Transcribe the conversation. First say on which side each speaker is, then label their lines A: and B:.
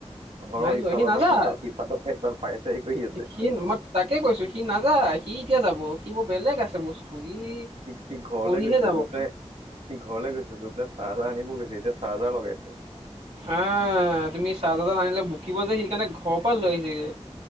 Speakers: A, on the right; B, on the right.
A: ঘৰৰ
B: নাই যোৱা
A: ইফালৰ
B: সি নাযায়।
A: পৰা সিফাল, সিফালৰ পৰা সিফাল পাই চাই কৰি আছে।
B: সি মই তাকে কৈছোঁ, সি নাযায়, সি এতিয়া যাব, সি বোৰ বেলেগ আছে বস্তু। ই
A: সি ঘৰলৈ
B: কৰিহে
A: গৈছিলে,
B: যাব
A: গৈ পাই সি ঘৰলৈ গৈছিলো, গৈ পেলাই চাৰ্জাৰ আনিব গৈছিল, এতিয়া চাৰ্জাৰ লগাইছে।
B: আহ, তুমি চাৰ্জাৰডাল আনিলে বুকিব যে, সেইকাৰণে ঘৰৰ পৰা লৈ আহিছেগে।